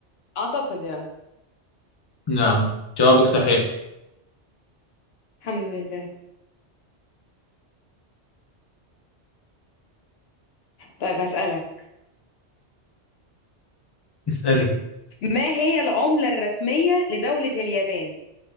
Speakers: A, on the left; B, on the left.
A: أعتقد يعني
B: نعم جوابك صحيح
A: الحمد لله طيب هسألك
B: اسألي
A: ما هي العملة الرسمية لدولة اليابان